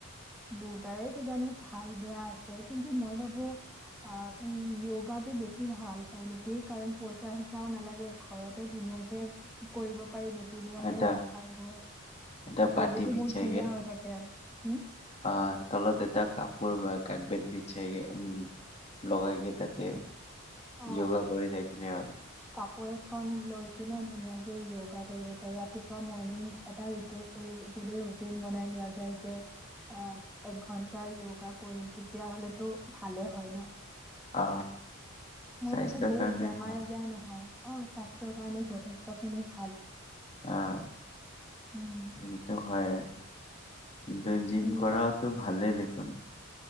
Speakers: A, in the centre; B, on the left (about 30°).
A: দুটাৰে কিজানি ভাল বেয়া আছে কিন্তু মই ভাবোঁ অ ই কৰাতো বেছি ভাল হয় নেকি? কি কাৰণ পইচা চইচাও নালাগে। ঘৰতে ধুনীয়াকে। কৰিব পাৰি নেকি? নীতি নিয়মেৰে
B: এটা
A: আৰু <unintelligible>
B: এটা পাতি বিছাইগে
A: ধুনীয়া হৈ থাকে উম
B: অ তলত এটা কাপোৰ বা কাৰবেট বিছাই উম লগাই গে তাতে
A: অ,
B: য়গা কৰি থাক <unintelligible>
A: কাপোৰ এখন লৈকিনি ধুনীয়াকে য়গা কৰিব পাৰি ৰাতিপুৱা মৰ্ণিং এটা যদি ৰুটিন বনাই লোৱা যায়। যে অ একঘণ্টা এ য়গা কৰিম তেতিয়া হ'লেতো ভালে হয় ন।
B: অ
A: মই
B: স্বাস্থ্যৰ
A: ভাবোঁ বহুত
B: কাৰণে
A: বেমাৰ
B: হয়।
A: আজাৰ নহয়। অ স্বাস্থ্যৰ কাৰণে যথেষ্টখিনি ভাল
B: আহ
A: উম।
B: এইটো হয়ে কিন্তু জিম
A: উম,
B: কৰাওটো ভাল। ভালেই দেখোন